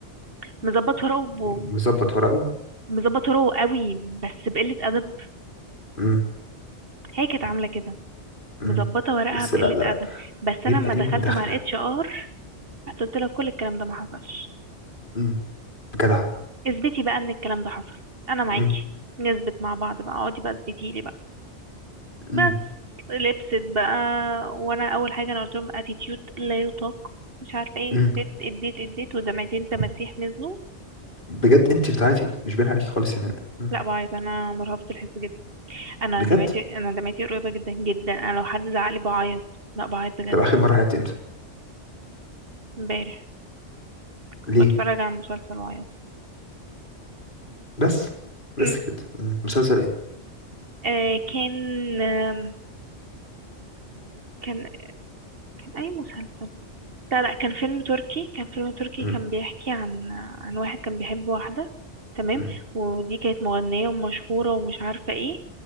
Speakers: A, on the right; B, on the left.
A: مظبط ورقه
B: مظبط ورقه
A: مظبطه ورقه قوي بس بقله ادب
B: م.
A: هي كانت عامله كده
B: مم.
A: مظبطه ورقها
B: بس
A: بقله
B: لا لا
A: ادب بس
B: بيبقى
A: انا لما
B: ليهم
A: دخلت
B: دخلة
A: مع الاتش ار قلت لها كل الكلام ده ما حصلش
B: مم. جدعة
A: اثبتي بقى ان الكلام ده حصل انا معاكي
B: مم.
A: نثبت مع بعض بقى اقعدي بقى اثبتي لي بقى بس
B: مم.
A: لبست بقى وانا اول حاجه انا قلت لهم اتيتيود لا يطاق مش عارفه ايه
B: مم.
A: اديت اديت اديت ودمعتين تماسيح نزلوا
B: بجد انت بتاعتي مش باين عليكي خالص يا منى مم.
A: لا بعيط انا مرهفه الحس جدا انا
B: بجد
A: دمعتي انا دمعتي قريبه جدا جدا انا لو حد زعلي بعيط لا بعيط بجد
B: طب اخر مرة عيطتي امتى
A: امبارح كنت
B: ليه
A: بتفرج على المسلسل واعيط
B: بس بس
A: أمم.
B: كده مم. مسلسل ايه
A: آه كان آم، كان كان أي مسلسل لا لا كان فيلم تركي كان فيلم تركي
B: مم.
A: كان بيحكي عن عن واحد كان بيحب واحدة تمام
B: مم.
A: ودي كانت مغنية ومشهورة ومش عارفة ايه